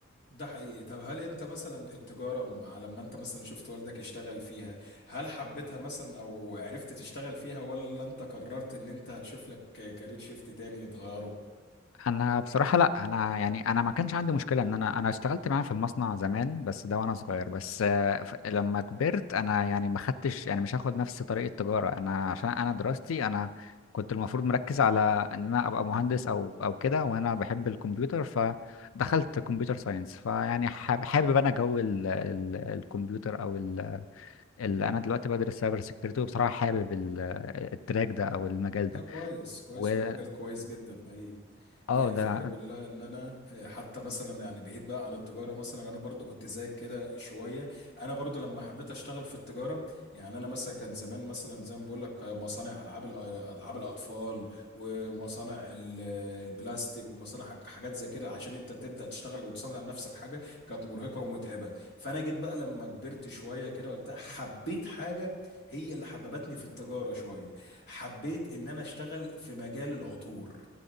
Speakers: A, on the left; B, on the left.
A: ده حقيقي طب هل انت مثلا التجارة م- على لما انت مثلا شفت والدك يشتغل فيها هل حبيتها مثلا او عرفت تشتغل فيها ولا انت قررت ان انت هتشوف لك كارير شيفت تاني تغيره؟
B: انا بصراحه لا انا يعني انا ما كانش عندي مشكله ان انا انا اشتغلت معاه في المصنع زمان بس ده وانا صغير بس آه، ف- لما كبرت انا يعني ما خدتش يعني مش هاخد نفس طريق التجاره انا عشان انا دراستي انا كنت المفروض مركز على ان انا ابقى مهندس او او كده وانا بحب الكمبيوتر فدخلت كمبيوتر ساينس فيعني حاب- حابب انا جو ال ال الكمبيوتر او ال اللي انا دلوقتي بدرس سايبر سيكيورتي وبصراحه حابب ال- التراك ده او المجال
A: ده
B: ده
A: كويس كويس
B: واه
A: هو مجال كويس جدا حقيقي
B: ده
A: هي الفكرة كلها ان انا آه، حتى مثلا يعني بعيد بقى عن التجارة مثلا انا برضو كنت زيك كده شوية انا برضو لما حبيت اشتغل في التجارة يعني انا مثلا كان زمان مثلا زي ما بقول لك آه، مصانع العاب الأ- العاب الاطفال ومصانع ال- آه، البلاستيك ومصانع حاج- حاجات زي كده عشان انت تبدأ تشتغل وتصنع لنفسك حاجة كانت مرهقة ومتعبة فانا جيت بقى لما كبرت شوية كده وبتاع حبيت حاجة هي اللي حببتني في التجارة شوية حبيت ان انا اشتغل في مجال العطور